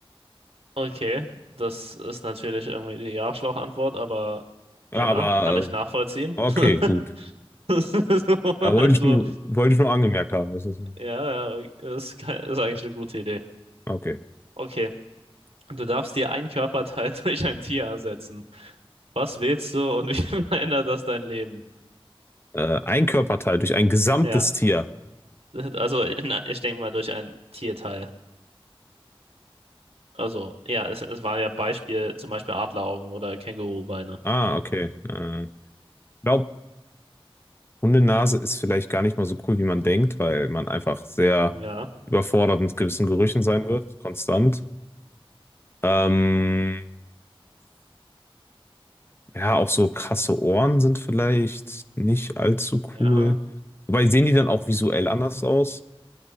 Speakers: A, on the right; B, on the left.
A: okay. Das ist natürlich irgendwie die Arschloch-Antwort, aber
B: Ja,
A: ja,
B: aber
A: kann ich
B: äh,
A: nachvollziehen.
B: okay,
A: <laughs>
B: gut.
A: Das ist so,
B: Da wollte
A: Also,
B: ich nur, wollte ich nur angemerkt haben. Das ist,
A: ja, ja, ist, ke- ist eigentlich eine gute Idee.
B: okay.
A: Okay, du darfst dir einen Körperteil <laughs> durch ein Tier ersetzen. Was wählst du und wie <laughs> verändert das dein Leben?
B: Äh, ein Körperteil durch ein gesamtes
A: Ja,
B: Tier.
A: also na, ich denke mal durch ein Tierteil. Also, ja, es, es war ja Beispiel, zum Beispiel Adleraugen oder Kängurubeine.
B: Ah, okay. Äh, glaub, Hundenase ist vielleicht gar nicht mal so cool, wie man denkt, weil man einfach sehr
A: Ja,
B: überfordert mit gewissen Gerüchen sein wird, konstant. Ähm, ja, auch so krasse Ohren sind vielleicht nicht allzu
A: ja.
B: cool. Wobei sehen die dann auch visuell anders aus?